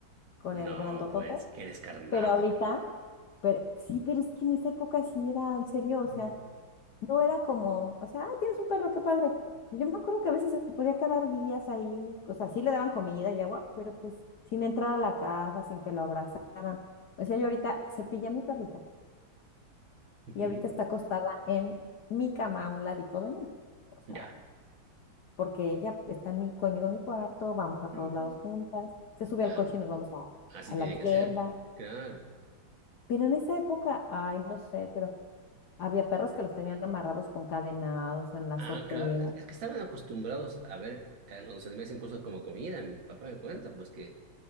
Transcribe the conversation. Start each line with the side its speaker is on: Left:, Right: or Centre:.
Left: con
Right: no,
Left: el grandotote,
Right: pues qué descarnado.
Left: pero ahorita, pero sí, pero es que en esa época sí era, en serio,
Right: Ujú.
Left: o sea, No era como, o sea, ah, tienes un perro, qué padre. Pero yo me acuerdo que a veces se podía quedar días ahí, o sea, sí le daban comida y agua, pero pues sin entrar a la casa, sin que lo abrazaran. O sea, yo ahorita cepillé a mi perrita
Right: Ujú.
Left: y ahorita está acostada en mi cama a un ladito de mí. O sea,
Right: Ya,
Left: porque ella está en mi- conmigo en mi cuarto, vamos a todos
Right: Mm.
Left: lados juntas, se sube
Right: claro,
Left: al coche y nos vamos a,
Right: así
Left: a
Right: tiene
Left: la tienda.
Right: que ser. Claro.
Left: Pero en esa época, ay, no sé, pero había perros que los tenían amarrados con cadenados o en la
Right: Ah,
Left: azotea.
Right: claro, es que estaban acostumbrados a ver a los animales incluso como comida. Mi papá me cuenta, pues que